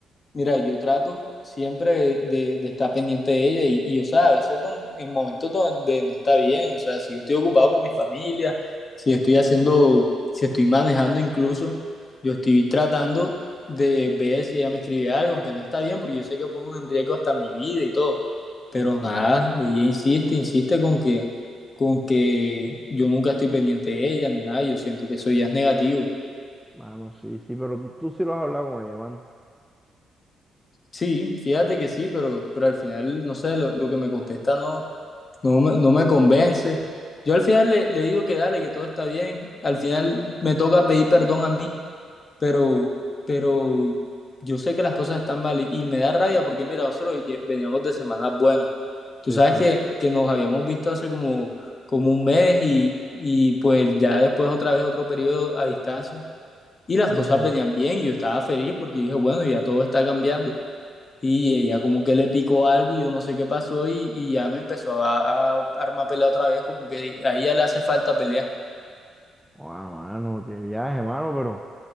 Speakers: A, on the left; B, in the centre.
A: Mira, yo trato siempre de, de- de estar pendiente de ella y, y, o sea, a veces don- en momentos donde no está bien, o sea, si yo estoy ocupado con mi familia, si estoy haciendo, si estoy manejando incluso, yo estoy tratando de ver si ella me escribe algo, aunque no está bien, porque yo sé que pongo en riesgo hasta mi vida y todo, pero
B: Sí, sí.
A: nada, ella insiste, insiste con que, con que yo nunca estoy pendiente de ella ni nada, yo siento que eso ya es negativo.
B: Mano, sí, sí, pero tú, tú sí lo has hablado con ella, mano.
A: Sí, fíjate que sí, pero, pero al final, no sé, lo, lo que me contesta no, no me, no me convence. Yo al final le, le digo que dale, que todo está bien. Al final me toca pedir perdón a mí, pero, pero yo sé que las cosas están mal y, y me da rabia porque mira, nosotros lle- veníamos de semanas buenas. Tú
B: Sí,
A: sabes
B: sí.
A: que, que nos habíamos visto hace como, como un mes y, y pues ya después otra vez otro periodo a distancia. Y las
B: Ujú.
A: cosas venían bien, y yo estaba feliz porque dije, bueno, ya todo está cambiando y ella como que le picó algo y yo no sé qué pasó y, y ya me empezó a, a armar pelea otra vez, como que a ella le hace falta pelear.
B: Ah, mano, qué viaje, mano, pero,